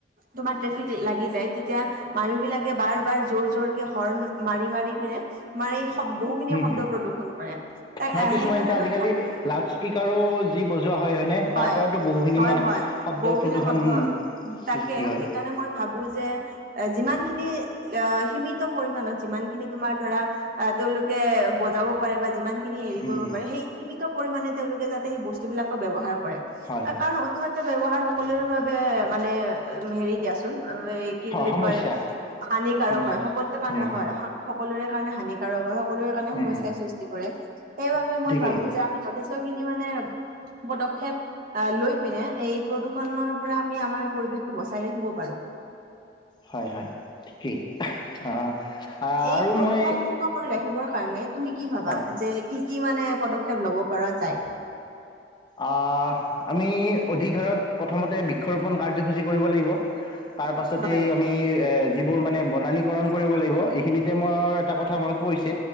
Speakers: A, on the right; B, on the left.
A: তোমাৰ ট্ৰেফিক লাগি যায় তেতিয়া মানুহ বিলাকে বাৰ-বাৰ জোৰ-জোৰ কে হৰ্ণ মাৰি-মাৰি পিনে তোমাৰ এই বহুখিনি
B: উম
A: শব্দ
B: উম।
A: প্ৰদূ্ষন কৰে তাৰ
B: আৰু কিছুমান
A: সেইকাৰণে
B: এতিয়া
A: মই
B: আজিকালি
A: ভাবো
B: লাউড স্পীকাৰো যি বজোৱা হয় হয়নে তাৰ
A: হয়-
B: পৰাওতো বহুখিনি
A: হয়-হয়
B: মানে শব্দ
A: বহুখিনি
B: প্ৰদূষণ
A: শব্দ তাকে
B: সৃষ্টি হয়
A: সেইকাৰণে মই ভাবো ভাবো যে যিমানখিনি সীমিত পৰিমানত যিমান খিনি তোমাৰ ধৰা তেওঁলোকে বজাব পাৰে বা যিমান খিনি হেৰি
B: উম
A: কৰিব
B: উম
A: পাৰে সেই সীমিত পৰিমাণে তেওঁলোকে যাতে সেই বস্তু বিলাকো ব্যৱহাৰ ক কৰে
B: হয় হয়
A: কাৰণ অতিমাত্ৰ ব্যৱহাৰ সকলৰ বাবে মানে হেৰি দিয়াচোন। এই কি বুলি
B: সমস্যা
A: কয় হানিকাৰক
B: সমস্যা
A: হয়। সকলোৰে কাৰণে
B: উম হুম
A: হয়, সকলোৰে কাৰণে হানি তাৰ সকলোৰে কাৰণে সমস্যাৰ
B: উম উম
A: সৃষ্টি কৰে সেইবাবে মই
B: ঠিকেই
A: ভাবো যে আমি যথেষ্ট খিনি মানে পদক্ষেপ আহ লৈ পিনে এই প্ৰদূৰ্ষনৰ পৰা আমি আমাৰ পৰিৱেশটো বচাই ৰাখিব পাৰো।
B: হয় হয় ঠিকেই আহ
A: এই
B: আৰু
A: প্ৰদূষণমুক্ত
B: মই
A: কৰি ৰাখি কাৰণে তুমি কি ভাবা?
B: হয়
A: যে কি-কি মানে পদক্ষেপ লব পৰা যায়?
B: আহ আমি অধিক হাৰত প্ৰথমতে বৃক্ষৰোপণ কাৰ্যসূচী কৰিব লাগিব ৷ তাৰ পাছতে
A: হয়
B: আমি এ যিবোৰ মানে বনানীকৰণ কৰিব লাগিব এইখিনিতে মোৰ এটা কথা মনত পৰিছে